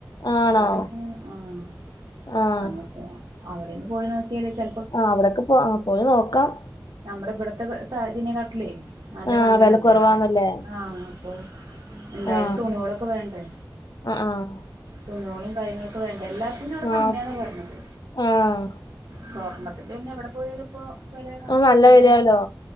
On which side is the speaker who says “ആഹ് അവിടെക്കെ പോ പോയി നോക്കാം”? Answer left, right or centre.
Left